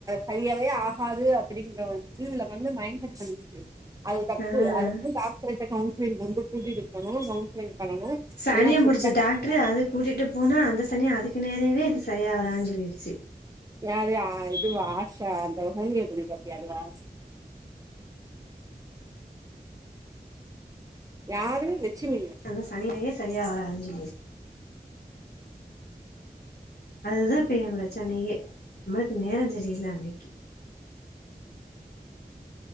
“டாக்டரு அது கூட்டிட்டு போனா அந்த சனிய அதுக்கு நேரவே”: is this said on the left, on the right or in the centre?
Left